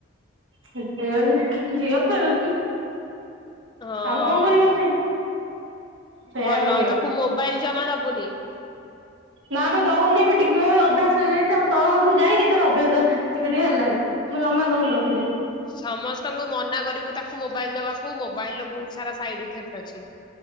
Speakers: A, on the right; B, on the left.
A: ଝିଅ ଖେଳୁଛି।
B: ହଁ
A: ଆଉ କଣ କରିବ ସେ। ସେଇୟା
B: ଭଲ
A: କରିବ
B: ତାକୁ ମୋବାଇଲ ଜମା ଦବୁନି।
A: ନା ବା ଦଉନି ଏବେ ଟିକେ ଅଭ୍ୟାସ ହେଇଯାଇଛି ଆଉ ତଳ ଘରକୁ ଯାଇକି ତାର ଅଭ୍ୟାସ ଟିକେ ଟିକେ ହେଲାଣି। ମୁଁ ଜମା ଦଉନଥିଲି
B: ସମସ୍ତଙ୍କୁ ମନା ମନା କରିବୁ ତାକୁ ମୋବାଇଲ ଦବାକୁ ମୋବାଇଲ ର ବହୁତ ସାରା ସାଇଡ ଇଫେକ୍ଟ ଅଛି।